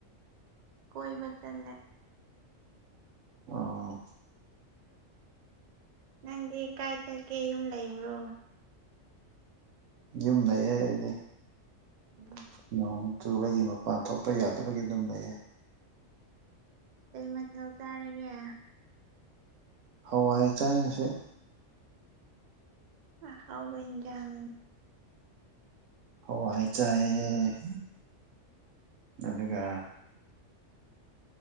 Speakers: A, on the right; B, on the right.
A: ꯀꯣꯏꯕ ꯆꯜꯂꯦ
B: ꯑꯣ
A: ꯅꯪꯗꯤ ꯀꯥꯏ ꯆꯠꯒꯦ ꯌꯨꯝ ꯂꯩꯕ꯭ꯔꯣ
B: ꯌꯨꯝ ꯂꯩꯌꯦ ꯑꯩꯗꯤ
A: <unintelligible>
B: ꯅꯣꯡ ꯆꯨꯕꯒꯤ ꯃꯄꯥꯟ ꯊꯣꯛꯄ ꯌꯥꯗꯕꯒꯤ ꯑꯗꯨꯝ ꯂꯩꯌꯦ
A: ꯀꯩ ꯃꯊꯦꯜ ꯆꯥꯔꯒꯦ
B: ꯍꯋꯥꯏ ꯆꯥꯏ ꯉꯁꯤ
A: ꯑꯍꯧꯕ ꯏꯟꯖꯪ
B: ꯍ ꯋꯥꯏ ꯆꯏꯌꯦ ꯑꯗꯨꯒ